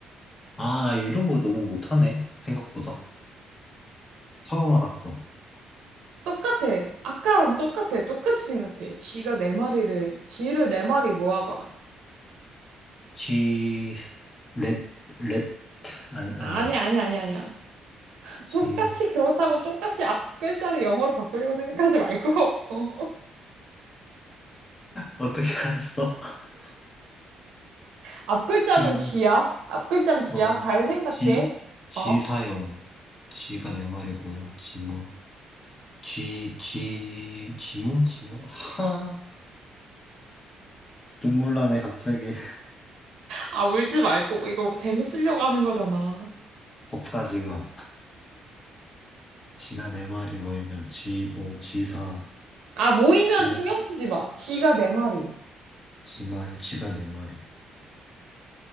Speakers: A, on the left (about 30°); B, on the right (about 80°).
A: 아, 나 이런 거 너무 못하네. 생각보다. 처음 알았어.
B: 똑같아. 아까랑 똑같아. 똑같이 생각해. 쥐가 네 마리를, 쥐를 네 마리 모아봐.
A: 쥐, 렛, 렛, 아니, 아니,
B: 아니야, 아니야, 아니야, 아니야.
A: 쥐,
B: 똑같이 그렇다고 똑같이 앞 글자를 영어로 바꾸려고 생각하지 말고. <laughs>
A: 어떻게 알았어? <laughs>
B: 앞글자는
A: 그럼.
B: 쥐야? 앞글자는 쥐야?
A: 어,
B: 잘 생각해.
A: 지, 지
B: 어?
A: 사용. 지가 내 말이 뭐야? 지모, 지, 지, 지모, 지모. <laughs> 하, 눈물 나네, 갑자기. <laughs>
B: 아, 울지 말고. 이거 재밌으려고 하는 거잖아.
A: 없다, 지금. 지가 내 말이 뭐이면 지모, 지사,
B: 아, 모이면
A: 지,
B: 신경 쓰지 마. 쥐가 네 마리.
A: 지말, 지가 내 말이.